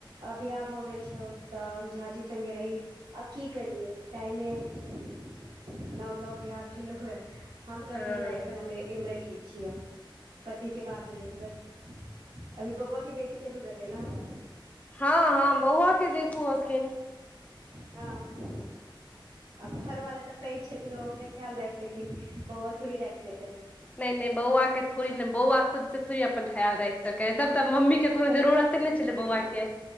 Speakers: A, on the right (about 85°); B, on the left (about 15°).
A: अ बियाह भऽ गेल छौ तऽ झा जी स्गे रही आब की करियै टाइमे एहन छै हमर नओ नव बिियाह भेल हे हम
B: हँ
A: कहलियै न एखन इम्हरे ठीक छियै हम पति के बाद मे देखबै अभी बौआ के बेसी जरूरत ह न हमरा
B: हँ हँ बौआ के देखू अखन
A: हउ आब घरवाला तऽ पैघ छथिन ओ अपने ख्याल राख लेथिन बौआ थोड़ी राखि पेतै
B: नहि नहि बौआ के थोड़ी ने बौआ खुद से थोड़ी अपन ख्याल राख सक है जब तब मम्मी के कोनो जरूरत ने छलै बौआ के